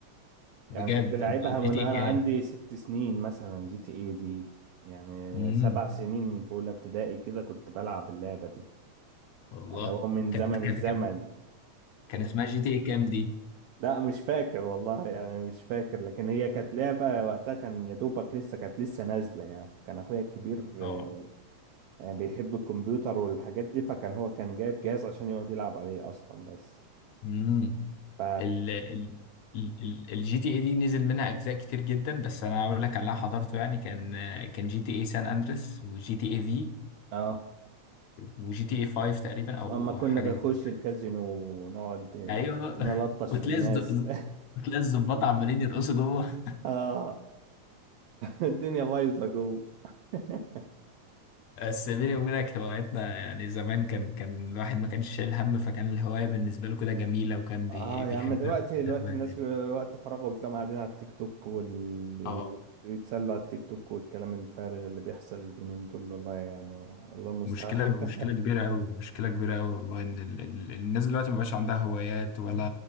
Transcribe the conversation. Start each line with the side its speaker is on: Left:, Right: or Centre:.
Left: بجد
Right: يعني كنت لعبها من
Left: جي تي
Right: انا
Left: اي كام
Right: عندي ست سنين مثلا جي تي اي دي يعني
Left: امم
Right: سبع سنين في اولى ابتدائي كده كنت بلعب اللعبه دي
Left: والله
Right: اللي هو من
Left: كانت
Right: زمن
Left: كانت
Right: الزمن
Left: كان كان اسمها جي تي اي كام دي
Right: <laughs> لا مش فاكر والله يعني مش فاكر لكن هي كانت لعبه وقتها كان يا دوبك لسه كانت لسه نازله يعني كان اخويا الكبير
Left: اه
Right: آه، يعني بيحب الكمبيوتر والحاجات دي فكان هو كان جايب جهاز عشان يقعد يلعب عليه اصلا بس
Left: امم
Right: ف
Left: ال ال الجي تي اي دي نزل منها اجزاء كتير جدا بس انا اقول لك على اللي أنا حضرته يعني كان كان جي تي اي سان اندريس وجي تي اي في
Right: اه
Left: وجي تي اي 5 تقريبا او
Right: اما كنا
Left: حاجه
Right: بنخش
Left: زي كده
Right: الكازينو ونقعد
Left: ايوه
Right: نلطش
Left: <laughs> وتلاقي
Right: في الناس
Left: الز- وتلاقي الظباط عمالين يرقصوا جوه
Right: <laughs> اه الدنيا بايظه جوه <laughs>
Left: بس بيني وبينك هواياتنا يعني زمان كان كان الواحد ما كانش شايل هم فكان الهوايه بالنسبه له كده جميله وكان
Right: اه
Left: بي بيحبها
Right: يا عم دلوقتي دلوقتي
Left: الهوايه
Right: الناس
Left: دي.
Right: بي- وقت فراغهم تلاقيهم قاعدين على التيك توك وال...
Left: اه
Right: وال- ويتسلوا على التيك توك والكلام الفارغ اللي بيحصل اليومين دول والله يعني الله المستعان
Left: مشكلة
Right: <laughs>
Left: مشكلة كبيرة أوي مشكلة كبيرة أوي والله إن ال- ال- الناس دلوقتي مبقاش عندها هوايات ولا